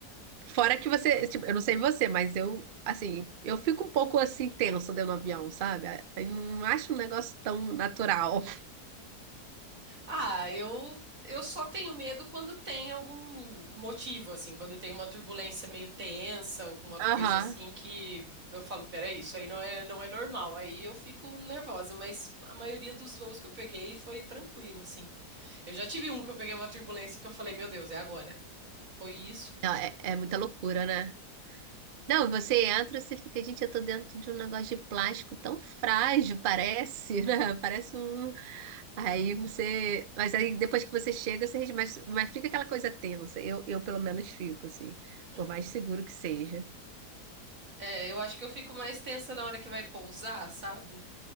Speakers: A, on the right; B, on the right.
A: fora que você, tipo, eu não sei você, mas eu, assim, eu fico um pouco assim tenso dentro do avião, sabe? Eu não acho um negócio tão natural.
B: Ah, eu eu só tenho medo quando tem algum motivo, assim, quando tem uma turbulência meio tensa, alguma coisa
A: Aham.
B: assim que eu falo, peraí, isso aí não é não é normal. Aí eu fico nervosa, mas a maioria dos voos que eu peguei foi tranquilo, assim. Eu já tive um que eu peguei uma turbulência que eu falei, meu Deus, é agora. Foi isso.
A: Não, é, é muita loucura, né? Não, você entra, você fica, gente, eu tô dentro de um negócio de plástico tão frágil, parece, né? <laughs> Parece um. Aí você. Mas aí depois que você chega, você. res- Mas, mas fica aquela coisa tensa. Eu, eu pelo menos fico, assim.
B: Aham.
A: Por mais seguro que seja.
B: É, eu acho que eu fico mais tensa na hora que vai pousar, sabe?